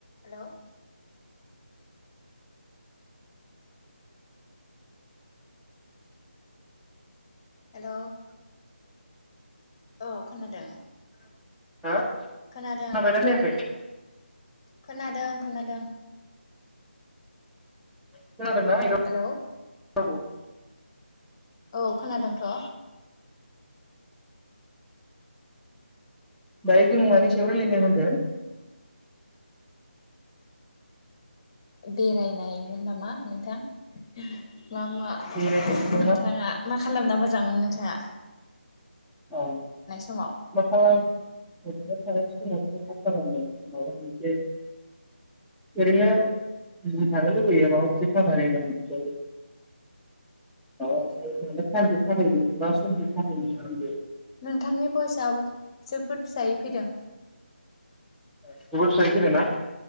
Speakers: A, on the left; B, in the centre.
A: Hello. Hello. औ खोनादों।
B: हो खोनाबायना
A: खोनादों
B: खोनायाखै।
A: खोनादों खोनादों।
B: <inaudible> खोनादोंना रावखौ।
A: हेलौ औ। खोनादोंथ।
B: दायो जों मानि सायाव रायलायनो होनदों।
A: बेरायनायमोन नामा नोंथां। मा मा
B: बेरायनायनि
A: नोंथांङा
B: सायावना
A: मा खालामना मोजांमोनो नोंथांङा।
B: औ
A: समाव
B: मा खालाम ओरैनो थानाय समाव। मा खालानो माबा मोनसे ओरैनो बिजि थानो लुुबैयो माबा मोनसे खामानि माव माबा मोनसे सानसे थाखाय बा समजों थाखायनो लांग।
A: नोंथांनि भइसआबो जोब्बोद फिसायै फैदों।
B: जोबोद फिसायै फैदोंना?